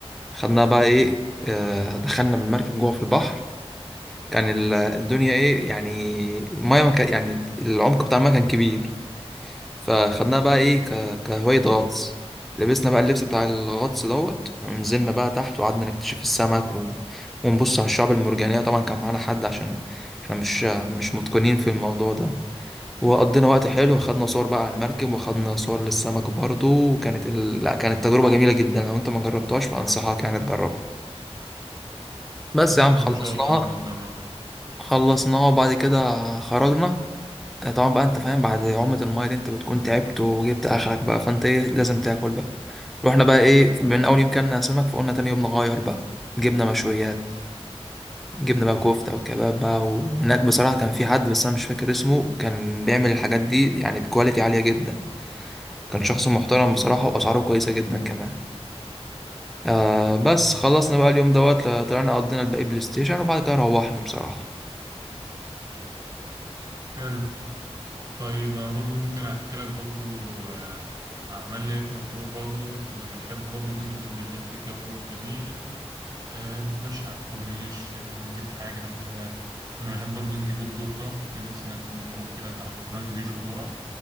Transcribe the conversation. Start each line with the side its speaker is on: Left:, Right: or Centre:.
Centre: خدنا بقى إيه آه، دخلنا بالمركب جوه في البحر كان ال- الدنيا إيه يعني المية ما كان يعني العمق بتاع المية كان كبير فخدناها بقى إيه ك- كهواية غطس لبسنا بقى اللبس بتاع الغطس دوت ونزلنا بقى تحت وقعدنا نكتشف السمك و... ونبص على الشعب المرجانية طبعا كان معانا حد عشان احنا مش مش متقنين في الموضوع ده وقضينا وقت حلو وخدنا صور بقى على المركب وخدنا صور للسمك برضو وكانت ال... لا كانت تجربة جميلة جدا لو انت ما جربتهاش فأنصحك يعني تجربها بس
Right: خلاص،
Centre: يا عم خلصناها
Right: ان شاء الله نبقى نجرب يعني
Centre: خلصناها وبعد كده خرجنا آه، طبعا بقى انت فاهم بعد عومة المايه دي انت بتكون تعبت وجبت اخرك بقى فانت ايه لازم تاكل بقى رحنا بقى ايه من اول يوم كلنا سمك فقلنا تاني يوم نغير بقى جبنا مشويات جبنا بقى كفتة وكباب بقى وهناك بصراحة كان في حد بس أنا مش فاكر اسمه كان بيعمل الحاجات دي يعني بكواليتي عالية جدا كان شخص محترم بصراحة وأسعاره كويسة جدا كمان آه بس خلصنا بقى اليوم دوت طلعنا قضينا الباقي بلاي ستيشن وبعد كده روحنا بصراحة
Right: حلو طيب انا برضو ممكن احكي لك برضو آه، عملنا ايه في مطروح برضو كنا بنحب برضو ننزل بالليل في الجو الجميل آه، نتمشى على الكورنيش آه، نجيب حاجة ناكلها كنا بنحب برضو نجيب الذرة في ناس هناك كانوا بيقفوا كده على الكورنيش بيشوا ذرة